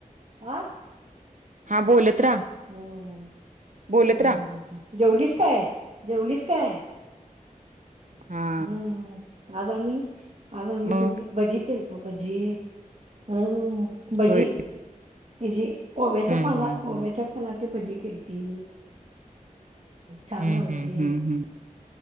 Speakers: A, on the right; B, on the right.
A: ह
B: हा बोलत राहा
A: हम्म
B: बोलत
A: हम्
B: राहा
A: जेवलीच काय जेवलीच काय हम्म
B: हा
A: आज आम्ही आज आम्ही
B: मग
A: भजी भजी केल त भजी हम्म बजी
B: होय
A: कजी ओव्याच्या
B: हम्म
A: पाना
B: हम्म
A: ओव्याच्या
B: हम्म
A: पानाची भजी केती् छान
B: हम्म
A: चालते
B: हम्म हम्म हम्म